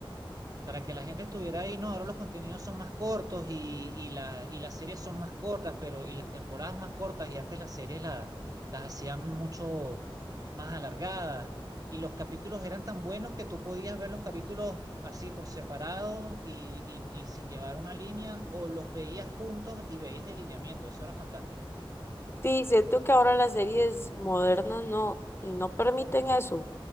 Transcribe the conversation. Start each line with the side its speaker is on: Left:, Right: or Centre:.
Right: para que la gente estuviera ahí. No, ahora los contenidos son más cortos y, y, la, y las series son más cortas, pero y las temporadas más cortas, y antes las series la- las hacían mucho más alargadas. Y los capítulos eran tan buenos que tú podías ver los capítulos así por separado y, y, y sin llevar una línea, o los veías juntos y veías el lineamiento. Eso era fantástico.
Left: Sí, siento que ahora las series modernas no, no permiten eso,